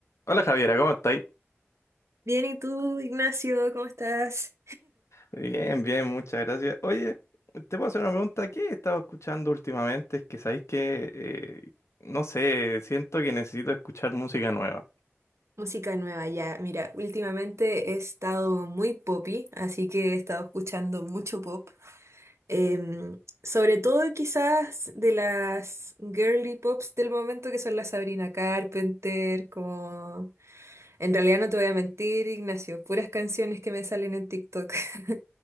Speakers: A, on the left (about 80°); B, on the right (about 75°).
A: Hola Javiera, ¿cómo estáis?
B: Bien, ¿y tú, Ignacio? ¿Cómo estás?
A: Bien, bien, muchas gracias. Oye, te puedo hacer una pregunta. ¿Qué he estado escuchando últimamente? Es que sabéis que, eh, no sé, siento que necesito escuchar música nueva.
B: Música nueva, ya. Mira, últimamente he estado muy poppy, así que he estado escuchando mucho pop. Em, sobre todo quizás de las girly pops del momento, que son la Sabrina Carpenter, como... En realidad no te voy a mentir, Ignacio, puras canciones que me salen en TikTok. <laughs>